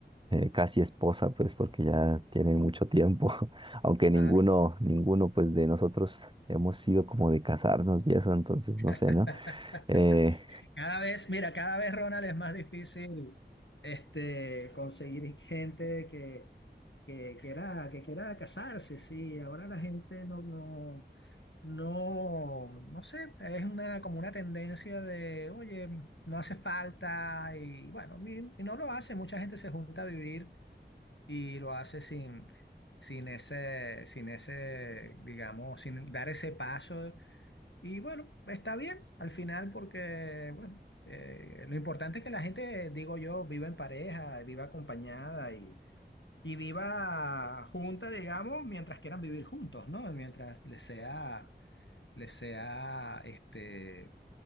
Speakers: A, on the right; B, on the left.
A: eh, casi esposa, pues porque ya tienen mucho tiempo, <laughs> aunque
B: claro.
A: ninguno, ninguno pues de nosotros hemos sido como de casarnos y eso, entonces no
B: <laughs>
A: sé, ¿no? Eh,
B: Cada vez, mira, cada vez, Ronald, es más difícil este, conseguir gente que, que quiera, que quiera casarse, sí. Ahora la gente no, no, no, no sé, es una, como una tendencia de, oye, no hace falta y bueno, mi- y no lo hace. Mucha gente se junta a vivir y lo hace sin, sin ese, sin ese, digamos, sin dar ese paso. Y bueno, está bien al final porque, bueno, eh, lo importante es que la gente, digo yo, viva en pareja, viva acompañada y, y viva junta, digamos, mientras quieran vivir juntos, ¿no? Mientras les sea, les sea, este,